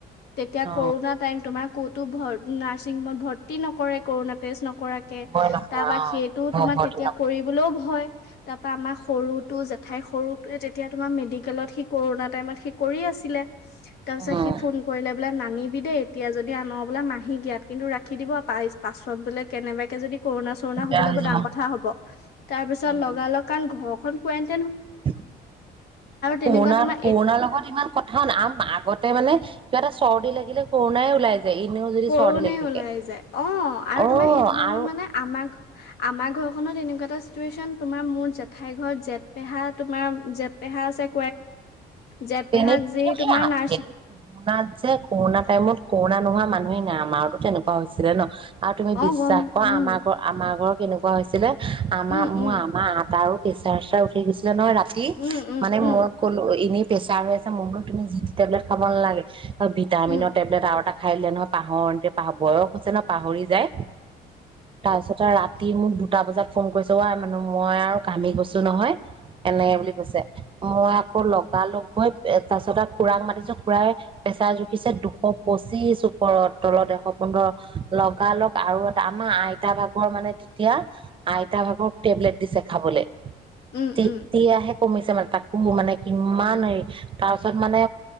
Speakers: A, on the left (about 75°); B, on the right (about 30°).
A: তেতিয়া
B: অ
A: কৰোণনা টাইম তোমাৰ ক'তো ভৰ নাৰ্ছিং হোমত ভৰ্তি নকৰে কৰোণা টেষ্ট ন কৰাকে
B: ভয় নকৰা
A: তাৰপা সেইটো
B: অ
A: তোমাৰ
B: ভয়তে
A: তেতিয়া
B: নকৰা
A: কৰিবলৈও ভয়। তাৰ পৰা আমাৰ সৰুটোো জেঠাই সৰু তয়ে তেতিয়া তোমাৰ মেডিকেলত সি কৰোণনা টাইমত সি কৰি আছিলে তাৰ পিছত
B: উম
A: সি ফোন কৰিলে বোলে নানিবি দেই এতিয়া যদি আন বোলে মাহী গিয়াত কিন্তু ৰাখি দিব প পাছত বোলে কেনেবাকে যদি কৰোণা চৰোণা
B: দিগদাৰ
A: হবলৈ
B: হৈ
A: ব
B: যাব
A: ডাৰ কথা হব তাৰ পিছত
B: উম
A: লগা লগ কাৰণ ঘৰখনন ক এঞ্চ
B: আৰু
A: তেনেকুৱা
B: কৰোণাৰ
A: তোমাৰ
B: কৰোণাৰ
A: এ
B: লগত ইমান কথাও ন আন আগতে মানে কিবা এটা চৰ্দি লাগিলে কৰৰুণাই ওলাই যায় এনেও যদি
A: কৰুণে
B: চৰ্দি লাগি থাকে
A: ওলাই যায় অ আৰু
B: অ
A: তোমাৰ সেইটো টাইমত
B: আৰু
A: মানে আমাক আমাৰ ঘ ত এনেকুৱা এটা চিটুৱেচন তোমাৰ মোৰ জেঠাই ঘৰত জেঠপেহা তোমাৰ জেঠপেহা আছে জেঠ
B: তেনে-তেনে
A: পেহাক যি তোমাৰ
B: এই
A: নাৰ্ছ
B: সেইটো কৰোণাত যে কৰোণা টাইমত। কৰোণা নোহোৱা মানুহেই নাই আমাৰতো তেনেকুৱা হৈছিলে ন। আৰু তুমি
A: অ'
B: বিশ্বাস
A: গম
B: কৰা
A: উম,
B: আমাৰ ঘ আমাৰ ঘৰত। কেনেকুৱা হৈছিলে। আমা
A: উম,
B: মোৰ
A: উম,
B: আমা আতা আৰু পচাৰ চচাৰ উঠি গৈছিলে নহয় ৰা কি
A: উম, উম,
B: মানে
A: উম,
B: মই কলো এনে প্ৰেছাৰ হৈ আছে মই বোলো তুমি যিটি টেবলেট খাব নালাগে। ভিটামিনৰ
A: উম।
B: টেবলেট আৰু এটা। খাইলে নহয় পাহৰ এ পাহ বয়স চন পাহৰি যায় তাৰপিছত আৰু ৰা তিন দুটা বজাত ফোন কৰিছে অ আই মানে মই আৰু ঘামি গৈছো নহয়। এনেকে বুলি কৈছে মই আকৌ লগালক গৈ তাৰ পিছত আৰু খুৰাক মাতিছো খুৰাই পেছাৰ জুখিছে দুশ পঁচিশ ওপৰত তলত এশ পোন্ধৰ ল লগালক আৰু এটা আমাৰ আইতা ভাগৰ মানে তেতিয়া। আইতাভাগৰ টেবলেট দিছে খাবলৈ।
A: উম
B: তেতিয়াহে।
A: উম
B: কমিছে মানে তাক মোৰ মানে কিমান এই। তাৰ পিছত মানে